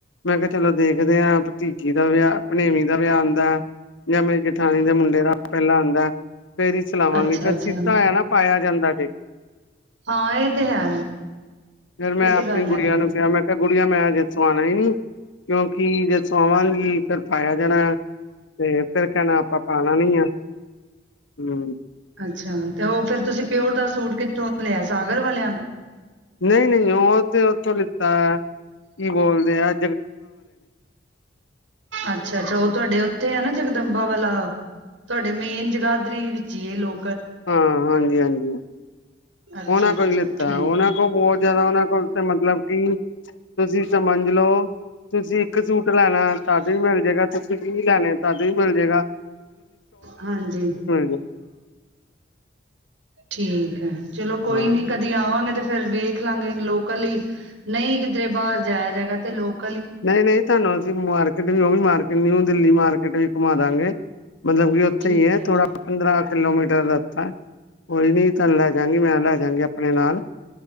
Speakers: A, on the left; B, on the right.
A: ਮੈਂ ਕਿਹਾ ਚਲੋ ਦੇਖਦੇ ਹਾਂ ਭਤੀਜੀ ਦਾ ਵਿਆਹ ਆਪਣੇਵੀ। ਦਾ ਵੀਆ ਆਉਂਦਾ ਜਾਂ ਮੇਰੀ ਜਠਾਣੀ ਦੇ ਮੁੰਡੇ ਦਾ ਪਹਿਲਾਂ ਆਉਂਦਾ ਫੇਰ ਹੀ ਸਿਲਾਵਾਂਗੀ
B: ਅੱਛਾ
A: ਫੇਰ
B: ਅੱਛਾ
A: ਸਤਾਾ ਆਇਆ ਨਾ ਪਾਇਆ ਜਾਂਦਾ ਜੇ
B: ਹਾਂ ਇਹ ਤੇ ਹੈ
A: ਫੇਰ
B: ਇਹ
A: ਮੈਂ
B: ਤੇ
A: ਆਪਣੀ
B: ਗੱਲ ਹੈਗੀ
A: ਗੁੜੀਆਂ ਨੂੰ
B: ਏ।
A: ਕਿਹਾ ਮੈਂ ਕਿਹਾ ਗੁੜੀਆਂ ਮੈਂ ਅਜੇ ਸਵਾਣਾ ਹੀ ਨੀ। ਕਿਉਂਕਿ ਜ ਸੋਵਾਨ ਵੀ ਫਿਰ ਪਾਇਆ। <inaudible> ਜਣਾ ਤੇ ਫੇਿਰ ਕਹਿਣਾ ਆਪਾਂ ਪਾਣਾ ਨੀ ਆ। ਹਮ।
B: ਅੱਛਾ ਤੇ ਉਹ ਫਿਰ ਤੁਸੀਂ ਪਿਓਰ ਦਾ ਸੂਟ ਕਿੱਥੋਂ ਲਿਆ ਸਾਗਰ ਵਾਲਿਆਂ ਕੋ
A: ਨਹੀਂ ਨਹੀਂ ਉਹ ਤੇ ਉਥੋਂ ਲਿੱਤਾ ਕੀ ਬੋਲ ਦਿਆ।
B: ਅੱਛਾ ਅੱਛਾ ਉਹ ਤੁਹਾਡੇ ਉੱਥੇ ਹੈ ਨਾ ਜਗ ਦੰਬਾ ਵਾਲਾ ਤੁਹਾਡੇ ਮੇਨ ਜਗਾਦਰੀ ਵਿੱਚ ਹੀ ਇਹ ਲੋ
A: ਹਾਂ ਹਾਂਜੀ ਹਾਂਜੀ।
B: ਅੱਛਾ
A: ਉਹਨਾਂ
B: ਅੱਛਾ
A: ਕੋਲ ਹੀ ਲਿੱਤਾ
B: ਠੀਕ
A: ਉਹਨਾਂ
B: ਹੈ
A: ਕੋ ਬਹੁਤ ਜ਼ਿਆਦਾ ਉਹਨਾਂ ਕੋਲ ਮਤਲਬ ਕਿ ਤੁਸੀਂ ਸਮਝ ਲਓ ਤੁਸੀਂ ਇੱਕ ਸੂਟ ਲੈਣਾ ਤੁਡ ਵੀ ਮਿਲ ਜੇਗਾ। ਸੀ ਕੀ ਲੈਣੇ ਤਦ ਵੀ ਮਿਲ ਜੇਗਾ।
B: ਹਾਂਜੀ।
A: ਜਾਏ
B: ਠੀਕ ਹੈ। ਚਲੋ ਕੋਈ
A: ਹਾਂ
B: ਨੀ ਕਦੀ ਆਵਾਂਗੇ ਤੇ। ਫੇਰ, ਵੇਖ ਲਾਂਗੇ ਲੋਕ। ਕੱਲੀ ਨਹੀਂ ਕਿ- ਤੇ, ਬਾਹਰ ਜਾਇਆ ਜਾਏਗਾ, ਤੇ ਲੋਕ।
A: ਨਹੀਂ- ਨਹੀਂ ਤੁਹਾਨੂੰ ਅਸੀਂ ਮਾਰਕੀਟ ਵੀ ਉਹ ਵੀ ਮਾਰਕੀਟ। ਨਿਊ ਦਿੱਲੀ ਮਾਰਕੀਟ ਵੀ ਘੁਮਾ ਦਾਂਗੇ। ਮਤਲਬ ਕਿ ਉੱਥੇ
B: ਠੀਕ
A: ਹੀ ਹੈ। ਥੋੜਾ
B: ਜੀ
A: ਪੰਦਰਾਂ ਕਿਲੋਮੀਟਰ ਰਤਾ ਹੇ। ਕੋਈ ਨੀ ਤੁਹਾਨੂੰ ਲੈ ਜਾਾਂਗੀ, ਮੈਂ ਲੈ ਜਾਂਗੀ ਆਪਣੇ ਨਾਲ।